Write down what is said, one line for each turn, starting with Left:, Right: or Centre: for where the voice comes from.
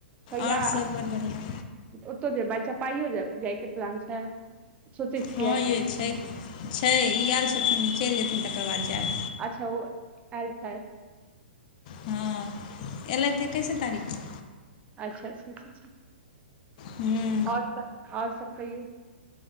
Right: कहिया
Left: आओर सब बड़ बढ़िआँ
Right: ओतौ जे ब पाइयो जा जाइके प्लान छै सोचै छियै
Left: हँ यै छै छै ई आएल छथिन ई चलि जेथिन तकर बाद जायब
Right: अच्छा ओ आएल छैथ
Left: हँ अयलथि एकैसे तारीखके
Right: अच्छा अच्छा
Left: हूँ
Right: आओर सब आओर सब कहियौ